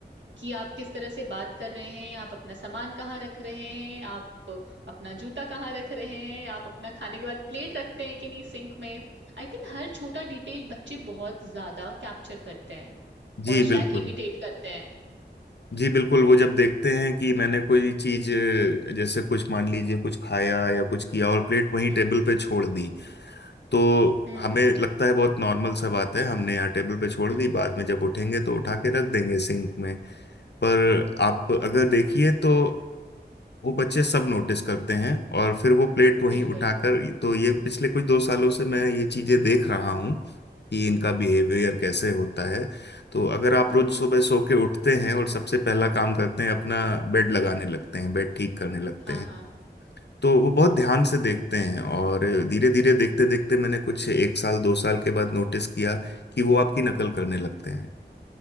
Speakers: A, on the right (about 90°); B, on the left (about 70°).
A: कि आप किस तरह से बात कर रहे हैं आप अपना सामान कहाँ रख रहे हैं आप अपना जूता कहाँ रख रहे हैं आप अपना खाने के बाद प्लेट रखते हैं कि नहीं सिंक में आई थिंक हर छोटा डिटेल बच्चे बहुत ज्यादा कैप्चर करते हैं
B: जी
A: और
B: बिल्कुल
A: शायद इमिटेट करते हैं
B: जी बिल्कुल वो जब देखते हैं कि मैंने कोई चीज अ, जैसे कुछ मान लीजिए कुछ खाया या कुछ किया और प्लेट वहीं
A: हम्म
B: टेबल पे छोड़ दी तो
A: हम्म
B: हमें लगता है बहुत नॉर्मल सा बात है हमने यहाँ टेबल पे छोड़
A: हम्म
B: दी
A: हम्म,
B: बाद में जब उठेंगे तो उठा के रख देंगे सिंक में पर आप अगर देखिए तो वो बच्चे सब नोटिस करते हैं और फिर वो प्लेट वहीं
A: बिल्कुल
B: उठाकर तो ये पिछले कुछ दो सालों से मैं ये चीजें देख रहा हूँ कि इनका बिहेवियर कैसे होता है तो अगर आप
A: <laughs>
B: रोज सुबह सो के उठते हैं और सबसे पहला काम करते हैं अपना बेड लगाने लगते हैं बेड ठीक करने लगते
A: हाँ
B: हैं
A: हाँ
B: तो वो बहुत ध्यान से देखते हैं और धीरे धीरे देखते देखते मैंने कुछ एक साल दो साल के बाद नोटिस किया कि वो आपकी नकल करने लगते हैं